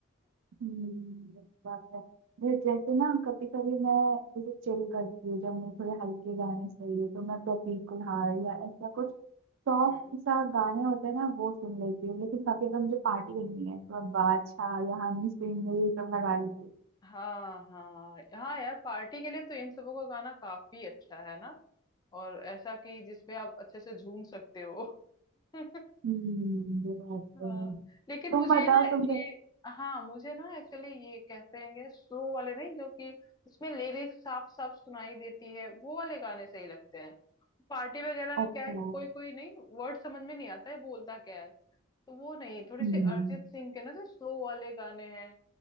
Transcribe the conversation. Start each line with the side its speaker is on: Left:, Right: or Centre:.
Right: हम्म ये बात है जै- जैसे ना कभी कभी मैं जैसे चिल करती हूँ जब मुझे थोड़े हल्के गाने चाहिए तो मैं प्रतीक कुहाड़ या ऐसा कुछ सॉफ्ट
Left: हम्म
Right: सा गाने होते हैं ना वो सुन लेती हूँ लेकिन कभी अगर मुझे पार्टी करनी है तो मैं बादशाह या हनी सिंह या ये सब लगा लेती हूँ
Left: हाँ हाँ हाँ यार पार्टी के लिए तो इन सबों का गाना काफी अच्छा है ना और ऐसा कि जिसपे आप अच्छे से झूम सकते हो <laughs>
Right: हम्म, ये बात तो
Left: हाँ
Right: है
Left: लेकिन
Right: तुम
Left: मुझे
Right: बताओ
Left: ना ये
Right: तुमने
Left: हाँ मुझे ना एक्चुअली ये कहते हैं स्लो वाले नहीं जो कि जिसमें लिरिक्स साफ साफ सुनाई देती है वो वाले गाने सही लगते हैं पार्टी वगैरह में
Right: अच्छा
Left: क्या है कोई कोई नहीं वर्ड समझ में नहीं आता है बोलता क्या है तो वो नहीं थोड़ी
Right: हम्म
Left: सी अरिजीत सिंह के ना जो स्लो वाले गाने हैं